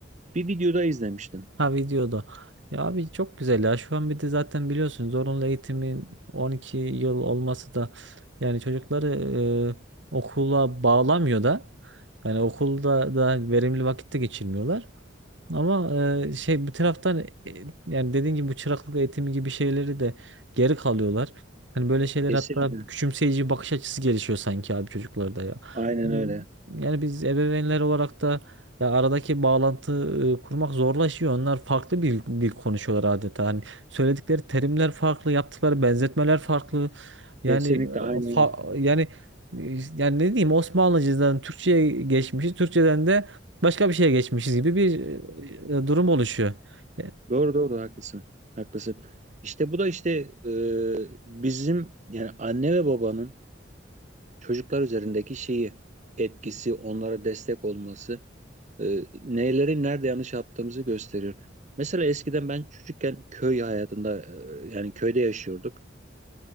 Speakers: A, on the right (about 40°); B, on the right (about 70°).
A: Bir videoda izlemiştim.
B: Ha videoda. Ya abi çok güzel ya şu an bir de zaten biliyorsun zorunlu eğitimin 12 yıl olması da yani çocukları e, okula bağlamıyor da yani okulda da verimli vakitte geçirmiyorlar. Ama e, şey bir taraftan e, yani dediğin gibi bu çıraklık eğitimi gibi şeyleri de geri kalıyorlar. Hani böyle şeyler
A: Kesinlikle.
B: hatta küçümseyici bakış açısı gelişiyor sanki abi çocuklarda ya.
A: Aynen
B: Yani,
A: öyle.
B: yani biz ebeveynler olarak da ya aradaki bağlantı e, kurmak zorlaşıyor. Onlar farklı bir dil konuşuyorlar adeta. Hani söyledikleri terimler farklı, yaptıkları benzetmeler farklı. Yani
A: Kesinlikle
B: e,
A: aynen
B: fa-
A: öyle.
B: yani e, yani ne diyeyim Osmanlıcadan Türkçe'ye geçmişiz. Türkçeden de başka bir şeye geçmişiz gibi bir e, e, durum oluşuyor. E,
A: Doğru doğru haklısın. Haklısın. İşte bu da işte e, bizim yani anne ve babanın çocuklar üzerindeki şeyi etkisi, onlara destek olması e, neleri nerede yanlış yaptığımızı gösteriyor. Mesela eskiden ben çocukken köy hayatında e, yani köyde yaşıyorduk.